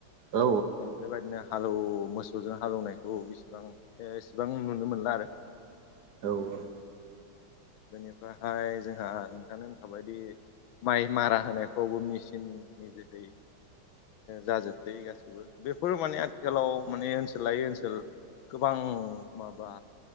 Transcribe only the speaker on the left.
बेबायदिनो हालौव मोसौजों हालौवनायखौ बेसेबां एसेबां नुनो मोनला आरो <inaudible>
बेनिफ्रायहाय जोंहा नोंथां खाबायादि माइ मारा होनायफ्रावबो मेचिन नि जोहै जाजोबसै गासिबो बेफोर माने आथिखालाव माने ओनसोलायै ओनसोल गोबां माबा